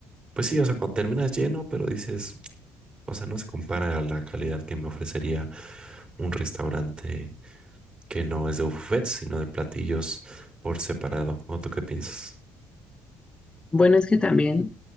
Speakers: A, on the right (about 30°); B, on the left (about 20°).
A: Pues sí, o sea, cuando terminas lleno, pero dices, o sea, no se compara a la calidad que me ofrecería un restaurante que no es de buffet, sino de platillos por separado. ¿O tú qué piensas?
B: Bueno, es que también